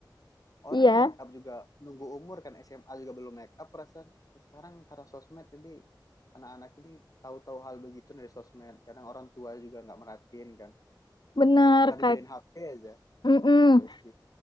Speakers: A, on the left (about 45°); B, on the left (about 70°).
A: orang
B: iya
A: make up juga nunggu umur kan SMA juga belum make up perasaan Ya, sekarang karena sosmed jadi anak-anak ini tahu-tahu hal begitu dari sosmed kadang orang tua juga nggak merhatiin kan
B: bener
A: ntar dibeliin
B: kayak,
A: HP aja
B: Mm-mm.
A: waktu SD